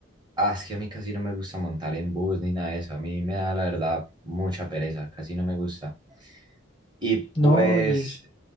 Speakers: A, on the right; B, on the left.
A: ah, es que a mí casi no me gusta montar en bus ni nada de eso, a mí me da la verdad mucha pereza, casi no me gusta. Y pues
B: No, y es,